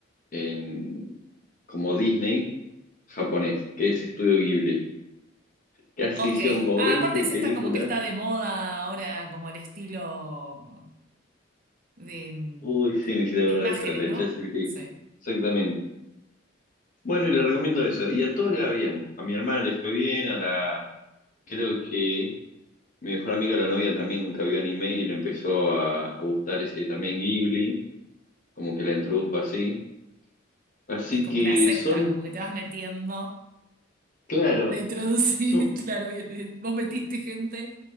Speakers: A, on the left (about 40°); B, on the right (about 45°).
A: en, como Disney japonés, que es Estudio Ghibli. Casi
B: Ok,
A: hicieron como
B: Ah,
A: 20
B: aparte es
A: películas.
B: esta como que está de moda ahora, como el estilo de, mm,
A: Uy, sí, me hiciste acordar
B: de imágenes,
A: de eso, la de
B: ¿no?
A: ChatGPT.
B: Sí,
A: Exactamente. Bueno, y le recomiendo eso. Y a todos le va bien. A mi hermana le fue bien, a la... Creo que Mi mejor amiga, la novia, también nunca vio anime y le empezó a, a gustar ese también Ghibli, como que la introdujo así. Así
B: es como
A: que
B: una secta,
A: son,
B: como que te vas metiendo.
A: claro,
B: La introducí,
A: son
B: <laughs> claro, bien, eh, Vos metiste gente